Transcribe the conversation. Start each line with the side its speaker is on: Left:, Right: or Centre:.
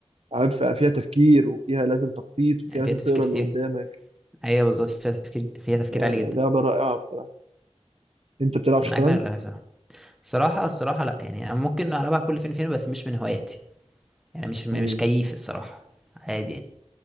Right: العاب ف- فيها تفكير وفيها لازم تخطيط وفيها
Centre: يعني
Right: لازم
Centre: فيها تفكير
Right: تقرا
Centre: كتير
Right: اللي قدامك
Centre: هي بالظبط فيها تفكير فيها تفكير
Right: لا-
Centre: عالي
Right: لا-
Centre: جدا
Right: لعبه رائعه بصراحه انت بتلعب
Centre: من
Right: شطرنج
Centre: اجمل الالعاب صراحه الصراحه الصراحه لا يعني أنا ممكن العبها كل فين فين بس مش من هواياتي يعني مش مش
Right: ايوه
Centre: كيف الصراحه عادي يعني